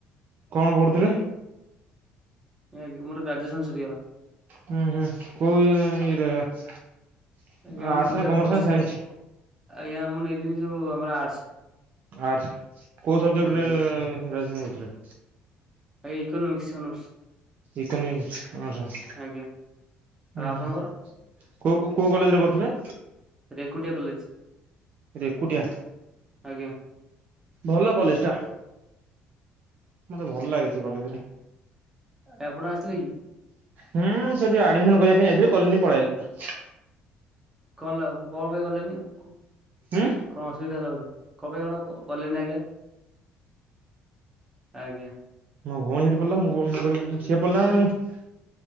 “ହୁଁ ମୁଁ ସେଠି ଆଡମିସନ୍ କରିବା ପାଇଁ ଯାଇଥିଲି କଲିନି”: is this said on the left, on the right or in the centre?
Right